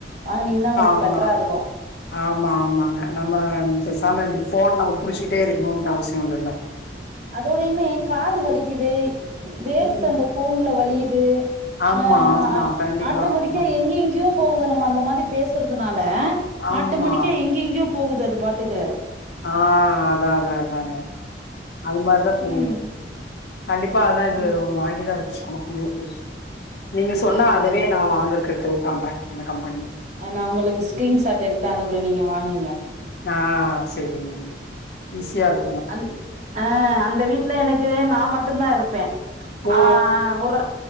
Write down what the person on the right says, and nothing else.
வாங்னீங்கன்னா உங்களுக்கு
பெட்டரா இருக்கும்
அதோடையுமே காது வலிக்குது வேர்த்து
அந்த ஃபோன்ல வலியுது
ஆ
ஆ அ
ஆட்ட முடிக்கா
எங்க எங்கயோ போகுது நம்ம அந்த மாதிரி பேசுறதுனால
ஆட்டோமெட்டிக்கா எங்க எங்கயோ போகுது அது பாட்டுக்கு
ம்
ஆமா
ஆமா
ஆ நா உங்களுக்கு ஸ்கிரீன் ஷாட் எடுத்து அனுப்றே நீங்க வாங்குங்க
அந் ஆ அந்த வீட்ல எனக்கு நா மட்டும் தா இருப்பே
ஆ ஒரு